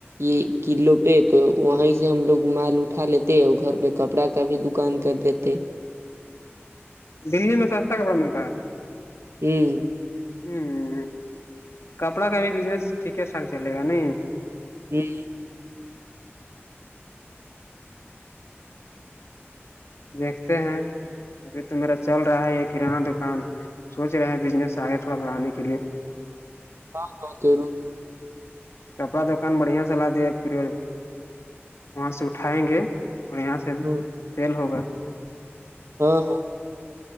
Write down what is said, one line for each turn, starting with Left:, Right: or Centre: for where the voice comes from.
Right: یہ قلوں پہ تو وہیں سے ہم لوگ مال اٹھا لیتے ہیں اور گھر پہ کپڑا تبھی دکان کر دیتے
Left: دلی میں سستا کپڑا ملتا ہے
Right: ہمم
Left: ہمم کپڑا کا بھی بزنس ٹھیک ٹھاک چلے گا نہیں
Right: ہمم
Left: دیکھتے ہیں ابھی تو میرا چل رہا ہے یہ کررانہ دکان سوچ رہے ہیں بزنس آگے تھوڑا بڑھانے کے لیے
Right: ہاں ہاں ضرور
Left: کپڑا دکان بڑھیا س ل دیا پھر وہاں سے اٹھائیں گے اور یہاں سے
Right: ہوں،
Left: سیل ہوگا
Right: ہاں ہاں